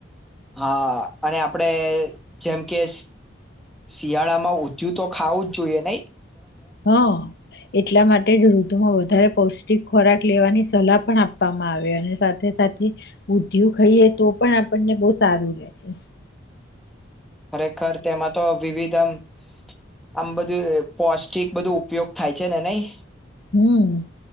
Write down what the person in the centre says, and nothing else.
હા અને આપડે જેમ કે શિયાળામાં ઊધયું તો ખાવું જ જોઈએ નઈ.
ખરેખર તેમાં તો વિવિધ આમ આમ બધું પૌષ્ટિક બધું ઉપયોગ થાય છે ને નઈ?